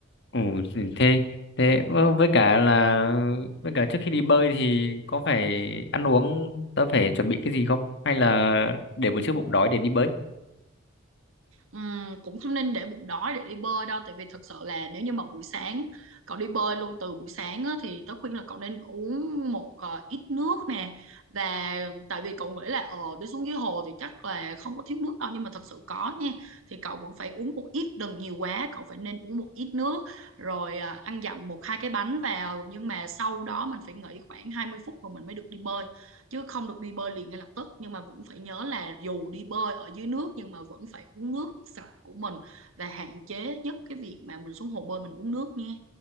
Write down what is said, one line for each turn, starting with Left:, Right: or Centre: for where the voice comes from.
Left: Ồ, gì thế thế ơ, với cả là với cả trước khi đi bơi thì có phải ăn uống tớ phải chuẩn bị cái gì không? Hay là để một chiếc bụng đói để đi bơi?
Right: Ừm, cũng không nên để bụng đói để đi bơi đâu tại vì thật sự là nếu như mà buổi sáng cậu đi bơi luôn từ buổi sáng á, thì tớ khuyên là cậu nên uống một ờ, ít nước nè và tại vì cậu nghĩ là ờ đi xuống dưới hồ thì chắc là không có thiếu nước đâu nhưng mà thật sự có nha thì cậu vẫn phải uống một ít đừng nhiều quá cậu phải nên uống một ít nước rồi ờ, ăn dặm một hai cái bánh vào nhưng mà sau đó mình phải nghỉ khoảng 20 phút rồi mình mới được đi bơi chứ không được đi bơi liền ngay lập tức nhưng mà vẫn phải nhớ là dù đi bơi ở dưới nước nhưng mà vẫn phải uống nước sạch của mình và hạn chế nhất cái việc mà mình xuống hồ bơi mình uống nước nha